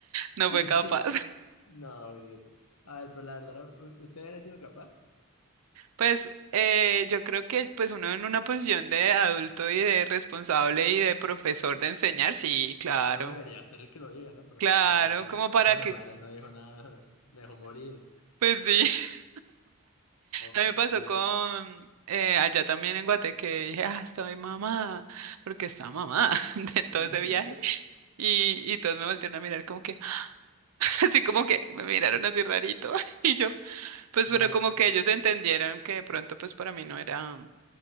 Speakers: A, on the right; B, on the left.
A: No
B: <laughs>
A: fue capaz.
B: No, idiota. a ver, pero la verdad, ¿u- ¿usted hubiera sido capaz?
A: Pues eh, yo creo que pues uno en una posición de adulto y de responsable y de profesor de enseñar, sí, claro,
B: Uno debería hacer que lo diga, ¿no? Pero
A: claro,
B: no, ese, ese-
A: como para
B: ese hijo
A: que,
B: de madre no dijo nada, me dejó morir,
A: pues sí, <laughs>
B: ofendido.
A: a mí me pasó con eh, allá también en Guate que dije, ah, estoy mamada, porque estaba mamada <laughs> de todo
B: <laughs>
A: ese viaje y, y todos me voltearon a mirar como que, <laughs> así como que me miraron así rarito <laughs> y yo, pues
B: Porque,
A: pero como que ellos entendieron que de pronto pues para mí no era...